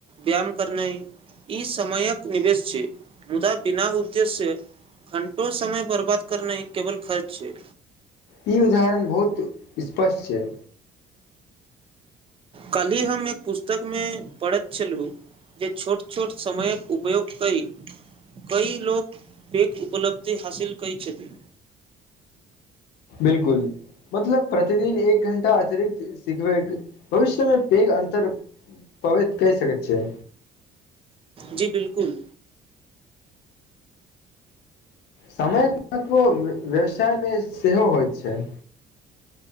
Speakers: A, on the right; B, on the left.
A: व्यायाम करनाइ ई समयक निवेश छै, मुदा बिना उद्देश्य घंटो समय बर्बाद करनाइ केवल खर्च छै।
B: ई उदाहरण बहुत स्पष्ट छैय।
A: काल्हि हम एक पुस्तकमे पढ़ैत छलहुँ, जे छोट- छोट समयक उपयोग कै, कई लोक प उपलब्धि हासिल कै छथि।
B: बिलकुल मतलब प्रतिदिन एक घण्टा अतिरिक्त सिखबै भविष्यमे पैघ अन्तर पबैत कहि सकैत छियै।
A: जी बिल्कुल
B: समयक महत्व व्यवसाय मे सेहो होइत छैय।